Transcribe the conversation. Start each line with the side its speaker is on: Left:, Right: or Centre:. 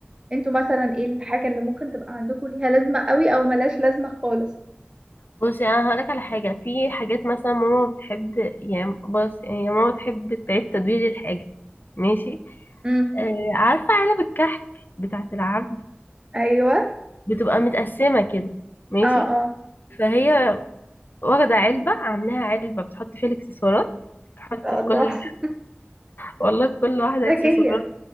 Right: انتوا مثلا ايه الحاجة اللي ممكن تبقى عندكم ليها لازمة قوي او ملاش لازمة خالص
Left: بصي انا هقولك على حاجه في حاجات مثلا ماما بتحب يعني بص يعني ماما بتحب تعيد تدوير الحاجه ماشي
Right: امم
Left: آه عارفه علب الكحك بتاعه العبد
Right: ايوه
Left: بتبقى متقسمه كده ماشي
Right: اه اه
Left: فهي واخده علبه عاملاها علبه بتحط فيها الاكسسوارات بتحط
Right: ما شاء
Left: في
Right: الله
Left: كل
Right: <laughs>
Left: والله في كل واحده اكسسوارات
Right: ذكية